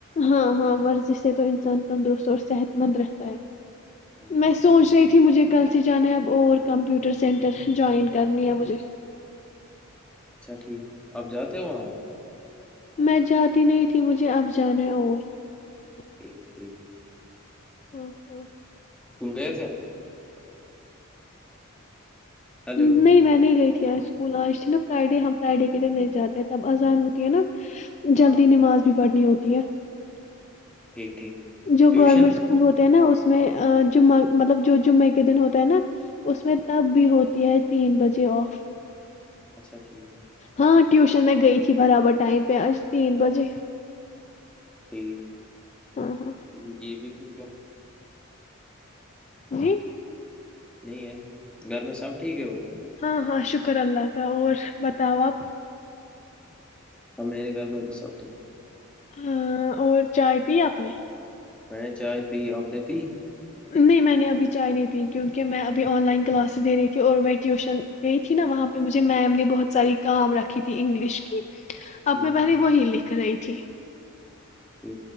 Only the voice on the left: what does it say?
ہاں ہاں ورزش سے تو انسان تندرست اور صحت مند رہتا ہے <unintelligible>
میں سوچ رہی ت <unintelligible> مجھے کل سے جانا ہے اب اور کمپیوٹر سینٹر جوائن کرنی ہے مجھے <unintelligible>
میں جاتی نہیں تھی مجھے اب جانا ہے اور <unintelligible>
ہ ہ <unintelligible>
نہیں میں نہیں گئی <unintelligible> ج اسکول آج ت نا فرائیڈے ہم فرائیڈے کے دن نہیں جاتے ہیں تب اذان ہوتی ہے نا <unintelligible>
جلدی نماز بھی <unintelligible> پڑھنی ہوتی ہے <unintelligible>
جو
گورنمنٹ اسکول ہوتے ہیں نا اس <unintelligible> اس میں جمعہ مطلب جو جمعے کے دن ہوتا ہے نا اس میں تب بھی ہوتی ہے تین بجے آف <unintelligible>
ہاں ٹیوشن میں گئی تھی برابر ائم پہ آج تین بجے <unintelligible>
ہاں ہاں
جی
ہاں ہاں شکر شکر اللہ کا اور بتاؤ آپ
ہاں اور چائے پی اپنی
نہیں میں نے ابھی چائے نہیں پی کیونکہ میں ابھی آن لائن کلاسز دے رہی تھی اور میں ٹیوشن گئی تھی نا وہاں پہ مجھے میم نے بہت ساری کام رکھی تھی انگلش کی
اپنے پہری ب ہیلی <unintelligible> کری تھی